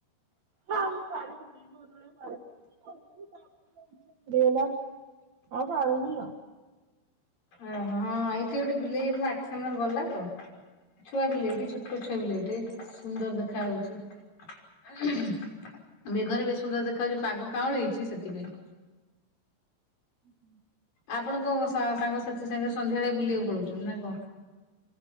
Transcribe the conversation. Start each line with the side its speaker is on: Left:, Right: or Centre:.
Right: ହଁ ମୁଁ ପାର <unintelligible> ଡଲା ଆଉ <unintelligible>
Left: ଓହୋ ହଁ ଏଇଠି ଗୋଟେ ବିଲେଇ ମୋ ଆଖି ସାମ୍ନା ରେ ଗଲା ତ ଛୁଆ ବିଲେଇ। ଏ ଛୋଟ ଛୁଆ ବିଲେଇ ଟିଏ ସୁନ୍ଦର ଦେଖା ହୋଉଚି। ମେଘରେ ବେଶ ସୁନ୍ଦର ଦେଖା ଯାଉଛି ପାଗ କାଁଳିଇଛି ସେଥିପାଇଁ।
Right: ହୁଁ ହୁଁ।
Left: ଆପଣଙ୍କ ସାଙ୍ଗସାଥି ସାଙ୍ଗ ସନ୍ଧ୍ୟାବେଳେ ବୁଲିବାକୁ ପାଲୋଉଛନ୍ତି ନା କଣ?